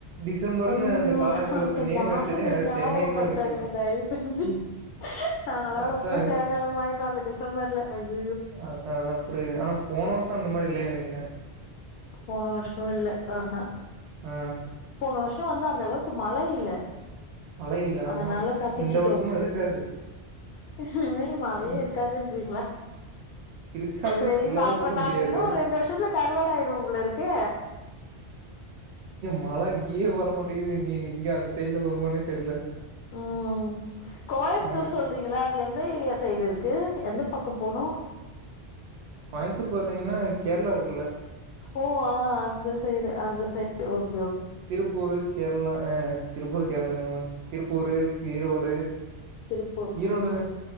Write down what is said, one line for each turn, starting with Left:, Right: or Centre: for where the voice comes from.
Right: டிசம்பர்ன்னு
Left: அய்யய்யோ
Right: அந்த காலண்டர்ல
Left: அந்த
Right: இப்ப நேம்
Left: மாசத்த
Right: எடுத்துட்டு
Left: ஞாபகப்படுத்தாதீங்க
Right: சென்னைன்னு தான் வைக்கணும்.
Left: தயவு செஞ்சு
Right: ம்.
Left: நாங்கல்லாம்
Right: அதான்
Left: ரொம்ப சேதாரம் ஆய்டோம் அந்த டிசம்பர்ல அய்யோ
Right: அதான் அதான் புரியுது ஆனா போன வருஷம் அந்த மாரி இல்லேனு நெனைக் கிறே
Left: போன வருஷம் இல்ல ஆஹா
Right: ஆ
Left: போன வருஷம் வந்து அந்த அளவுக்கு மழை இல்ல
Right: மழை இல்ல.
Left: அதனால
Right: ஆமா.
Left: தப்பிச்சிட்டோம்
Right: இந்த வருஷமும் இருக்காது.
Left: இனிமேல் மழையே
Right: ம்.
Left: இருக்காதுன்றிங்களா
Right: இருக்காதுன்னு
Left: வெயில்ல
Right: ஃபுல்லாவே
Left: அப்ப
Right: சொல்ல
Left: நாங்க
Right: முடியாது.
Left: இன்னும் ஒரு ரெண்டு வருஷத்துல கருவாடா ஆய்டுவோம் போல இருக்கு
Right: மழ இங்கேயே வர மாட்டேது நீ இங்க அந்த சைட்ல வருமானே தெர்ல
Left: உம் கோயமுத்தூர்
Right: அ
Left: சொல்றீங்கள்ள அது எந்த ஏரியா சைடு இருக்கு. எந்த பக்கம் போணும்
Right: கோயமுத்தூர் பாத்தீங்கன்னா கேரளா இருக்
Left: ஓ ஆஹ் அந்த சைடு அந்த சை <inaudible>
Right: திருப்பூரு கேரளா ஆ திருப்பூர் கேரளாங்க நம்ம திருப்பூரு ஈரோடு
Left: திருப்பூர்
Right: ஈரோடு
Left: உம்